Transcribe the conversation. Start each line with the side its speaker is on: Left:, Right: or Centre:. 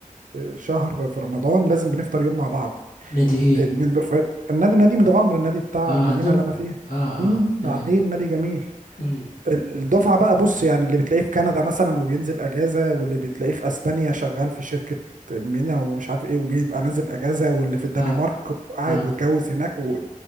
Right: شهر في رمضان لازم بنفطر يوم مع بعض
Left: نادي ايه
Right: من دفعت النادي نادي متغمر النادي بتاع
Left: اه
Right: المدينه
Left: عندكم
Right: اللي انا فيها
Left: اه اه
Right: امم
Left: تمام
Right: عاملين نادي جميل
Left: امم
Right: الدفعه بقى بص يعني اللي بتلاقيه في كندا مثلا وبينزل اجازه واللي بتلاقيه في اسبانيا شغال في شركه مينا ومش عارف ايه وبيبقى نازل اجازه واللي في الدنمارك
Left: اه
Right: وقاعد
Left: اه
Right: واتجوز هناك و...
Left: امم